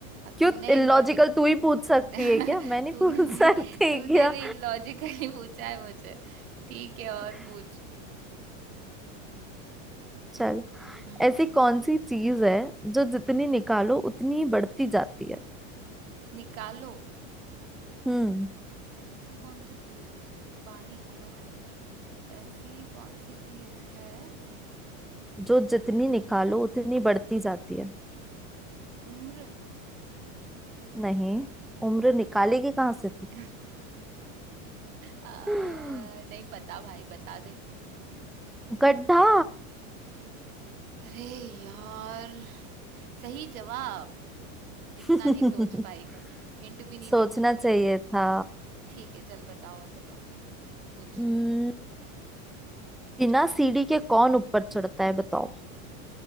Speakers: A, on the right (about 80°); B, in the centre.
A: अब
B: क्यों
A: तूने ही
B: इलॉजिकल
A: लॉजिक <laughs>
B: तू ही पूछ सकती है क्या मैं नहीं
A: तूने
B: पूछ
A: भी
B: सकती
A: तूने
B: क्या
A: भी लॉजिकली पूछा है मुझे ठीक है और
B: <laughs>
A: पूछ
B: चल
A: हम्म
B: ऐसी कौन सी चीज है जो जितनी निकालो उतनी ही बढ़ती जाती है
A: निकालो
B: हम्म
A: ऐसी कौन सी चीज हो सकती पानी कुएं में से नहीं ऐसी कौन सी चीज है
B: जो जितनी निकालो उतनी बढ़ती जाती है
A: उम्र
B: नहीं उम्र निकालेगी कहाँ से तू
A: <laughs> आ,
B: <laughs>
A: नहीं पता भाई बता दे
B: गड्ढा
A: अरे यार सही जवाब
B: <laughs>
A: इतना नहीं सोच पाई मैं हिंट भी नहीं
B: सोचना
A: दी तूने
B: चाहिए
A: मुझे
B: था
A: ठीक है चल बता और बता पूछ
B: हम्म,
A: कुछ
B: बिना
A: अच्छा
B: सीढ़ी के कौन ऊपर चढ़ता है बताओ